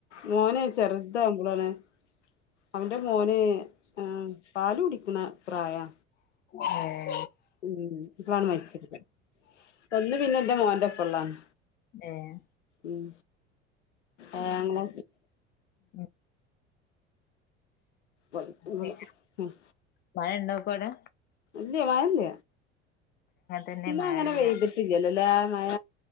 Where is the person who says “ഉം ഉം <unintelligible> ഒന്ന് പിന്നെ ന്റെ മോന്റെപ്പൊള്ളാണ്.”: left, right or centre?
Left